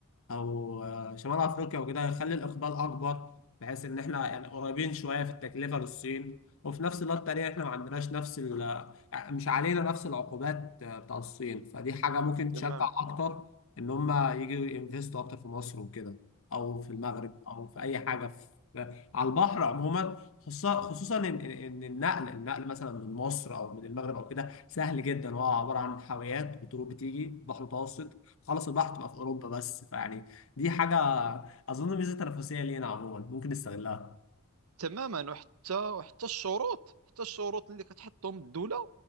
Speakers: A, on the left; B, on the right.
A: أو آه، شمال أفريقيا وكده هيخلي الإقبال أكبر بحيث إن إحنا يعني قريبين شوية في التكلفة للصين وفي نفس الوقت التانية إحنا ما عندناش نفس ال آه، مش علينا نفس العقوبات آه، بتاع الصين فدي حاجة ممكن
B: تماما
A: تشجع أكتر إن هما يجوا ينفستوا أكتر في مصر وكده أو في المغرب أو في أي حاجة في آه، على البحر عموما خصوصا خصوصا إن إن- إن النقل النقل مثلا من مصر أو من المغرب أو كده سهل جدا هو عباره عن حاويات وطرق بتيجي بحر متوسط خلص البحر تبقى في اوروبا بس فيعني دي حاجه اظن ميزه تنافسيه لينا عموما ممكن نستغلها
B: تماما وحتى وحتى الشروط حتى الشروط اللي كتحطهم الدولة